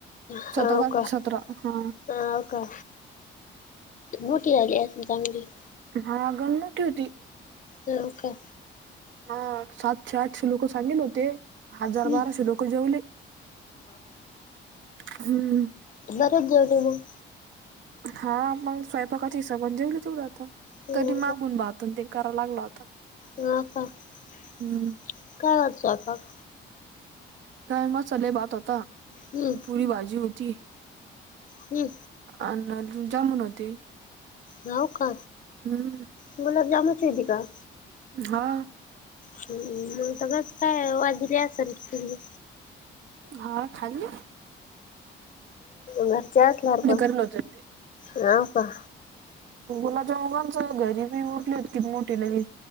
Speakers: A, on the left (about 40°); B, on the right (about 70°).
A: हवं
B: सतरा तार
A: का हवं
B: सतरा हा
A: का. मोठी झाली आहे ना चांगली?
B: हा गण मोठी होती.
A: होव का.
B: हा सातशे आठशे लोक सांगेन होते. हजार
A: हम्म
B: बारशे लोक जेवले. हम्म
A: बरच जेवले मग
B: हा आपण स्वयंपाकाच्या हिसाबण जेवला तेवढं आता
A: हो
B: तरी मागून भात अन ते. लागला होता
A: ह काय
B: हम्म
A: होता स्वयंपाक?
B: काय मसाले भात होता
A: हम्म
B: पुरी भाजी होती.
A: हम्म
B: अन अजून जामुन होते.
A: होव का
B: हम्म
A: गुलाबजामनचीती का
B: हा
A: हम्म मग त बस काय वाजले असेल की तुमही
B: हा खाली
A: घरचे असल्या प
B: करले होते
A: ह का
B: मुोलाच्या मुघांच घरी बी उरलीत कि मोठी लगे